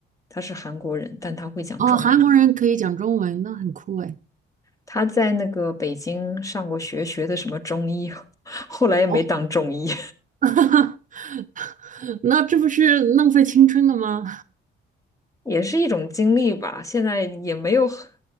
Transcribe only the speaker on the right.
哦，韩国人可以讲中文，那很酷哎。
哦，<laughs> 那这不是浪费青春了吗？